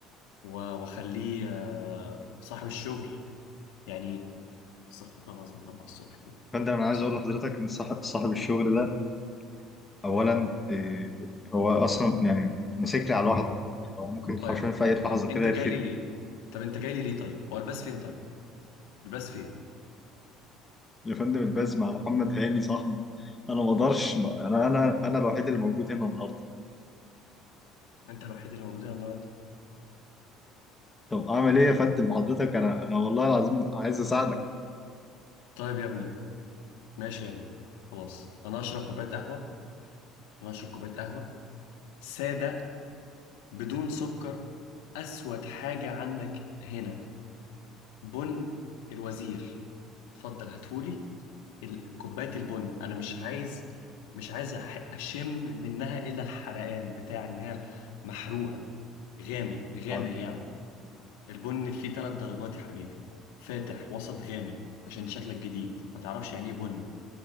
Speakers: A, on the left (about 80°); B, on the left (about 20°).
A: و- وأخليه آه، صاحب الشغل يعني استغفر الله العظيم يا رب على الصبح كده
B: يا فندم انا عايز
A: استغفر
B: اقول لحضرتك
A: الله.
B: ان صاحب صاحب الشغل ده اولا آه، هو اصلا يعني ماسك لي على الواحده يعني هو ممكن
A: طيب
B: حرفيا في اي لحظه
A: طب
B: كده
A: أنت
B: يرفدني
A: جاي لي ليه؟ طب أنت جاي لي ليه طيب؟ هو الباس فين طيب؟ الباس فين؟
B: يا فندم الباز مع محمد هاني صاحبي انا ما اقدرش انا انا انا الوحيد اللي موجود هنا النهارده
A: أنت الوحيد اللي موجود هنا النهاردة؟
B: طب اعمل ايه يا فندم حضرتك انا انا والله العظيم عايز اساعدك
A: طيب يا ابني ماشي يا ابني خلاص أنا هشرب كوباية قهوة أنا هشرب كوباية قهوة سادة بدون سكر أسود حاجة عندك هنا بن الوزير اتفضل هاتهولي ال- كوباية البن انا مش عايز مش عايز أح- اشم منها الا الحرقان بتاع انها محروقة غامق غامق
B: حاضر
A: يعني البن فيه ثلاث درجات يا حبيبي فاتح وسط غامق عشان شكلك جديد ما تعرفش يعني ايه بن